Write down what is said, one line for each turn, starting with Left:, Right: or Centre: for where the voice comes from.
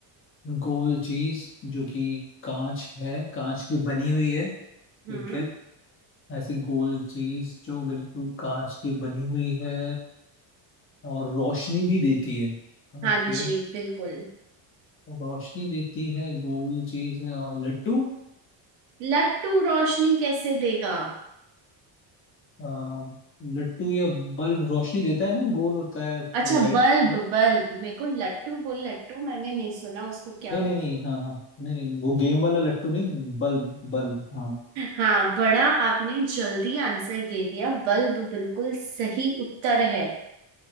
Left: गोल चीज जो कि कांच है कांच की बनी हुई है ठीक
Right: हम्म
Left: है ऐसी गोल चीज जो बिल्कुल कांच की बनी हुई है और रोशनी भी देती है
Right: हाँ
Left: ओके
Right: जी बिल्कुल
Left: रोशनी देती है गोल चीज अ, लट्टू
Right: लट्टू रोशनी कैसे देगा
Left: अ, लट्टू या बल्ब रोशनी देता है ना गोल होता है
Right: अच्छा
Left: लाइट
Right: बल्ब
Left: नहीं
Right: बल्ब मेरे को लट्टू बोल लट्टू मैंने नहीं सुना उसको क्या
Left: नहीं
Right: हो
Left: नहीं हाँ हाँ नहीं नहीं वो गेम वाला लट्टू नहीं बल्ब बल्ब हाँ
Right: हाँ बड़ा आपने जल्दी आंसर दे दिया बल्ब बिल्कुल सही उत्तर है